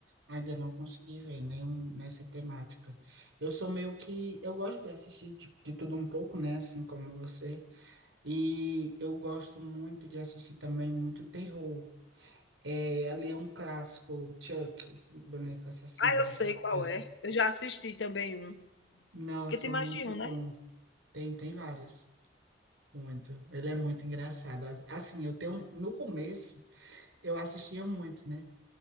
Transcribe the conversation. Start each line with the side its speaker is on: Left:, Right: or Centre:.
Right: Ainda não consegui ver nenhum nessa temática. Eu sou meio que. Eu gosto de assistir de, de tudo um pouco, né? Assim como você. E eu gosto muito de assistir também muito terror. É, ali é um clássico, Chuck, boneco assassino.
Left: Ah, eu
Right: Não
Left: sei
Right: sei se
Left: qual
Right: você- já-
Left: é. Eu já assisti também um.
Right: Nossa,
Left: Porque tem
Right: muito
Left: mais de um,
Right: bom.
Left: né?
Right: Tem, tem vários. Muito. Ele é muito engraçado. Assim, eu tenho. No começo, eu assistia muito, né?